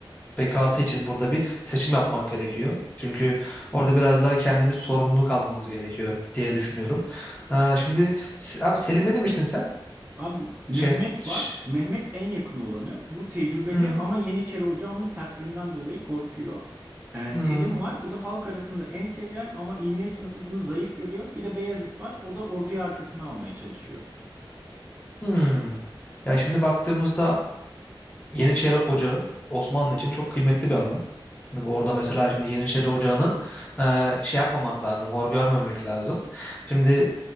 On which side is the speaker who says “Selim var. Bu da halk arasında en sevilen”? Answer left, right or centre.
Right